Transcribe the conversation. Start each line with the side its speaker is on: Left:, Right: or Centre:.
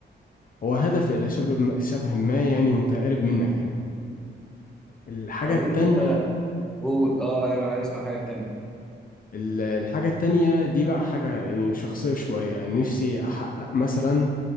Left: هو هدف إلى شبه شبه ما يعني متقارب منك يعني الحاجة
Centre: طب
Left: التانية
Centre: انت قول اه ايوه انا عايز اسمع الحاجه التانيه
Left: ال- الحاجة التانية دي بقى حاجة يعني شخصية شوية يعني نفسي أحقق مثلا